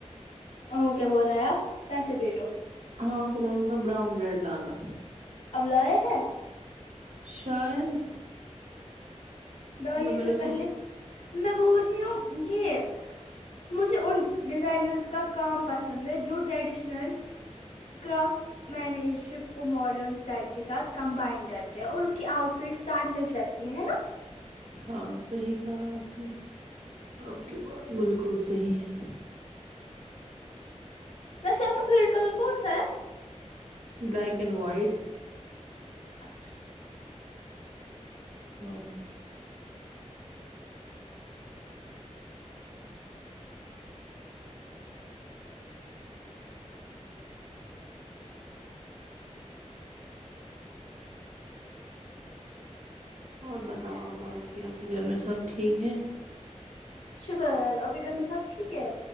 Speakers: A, on the left (about 65°); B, on the right (about 75°).
A: وہ کیا بول رہے ہے آپ پیسے بھیجو
B: ہاں اس کو میں نے بولا تھا براؤن بریڈ لانا
A: اب لائے ہے
B: شاید
A: ڈالیے
B: میں
A: پھر
B: اس
A: پہلے
B: کو
A: میں بول رہی ہوں یہ مجھے ان ڈیزائنرس کا کام پسند ہے جو ٹریڈیشنل کرافٹ مینج کو ماڈرن اسٹائل کے ساتھ کمبائن کرتے ہیں اور ان کی آؤٹ فٹس ٹائملیس لگ تی ہے نا
B: ہاں صحیح کہا آپ نے آپ کے بات بالکل صحیح ہے
A: ویسے آپ کا فیوریٹ کلر کون سا ہے
B: بلیک اینڈ وائٹ
A: اچھا
B: ہاں اور بتاؤ ابا کے آپ کے گھر میں سب ٹھیک ہیں
A: شکر اللہ آپ کے گھر میں سب ٹھیک ہے